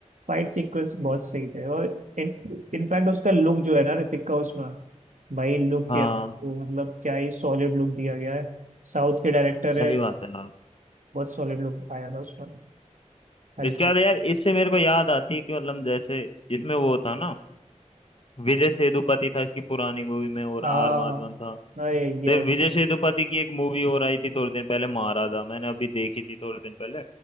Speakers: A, on the right (about 80°); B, on the left (about 50°).
A: फाइट सीक्वेंस बहुत सही थे और इनफैक्ट उसका लुक जो है ना ऋतिक का उसमें भाई लुक
B: हाँ
A: क्या वो मतलब क्या ही सॉलिड लुक दिया गया है साउथ के डायरेक्टर है
B: सही बात है यार
A: बहुत सॉलिड लुक आया था उसमें हल्की
B: इसके बाद यार इससे मेरे को याद आती है कि मतलब जैसे इसमें वो था ना विजय सेतुपति था इसकी पुरानी मूवी में और
A: हाँ
B: आर माधवन था
A: अरे ये
B: तो ये
A: अच्छा
B: विजय सेतुपति की एक मूवी और आई थी थोड़े दिन पहले महाराजा मैंने अभी देखी थी थोड़े दिन पहले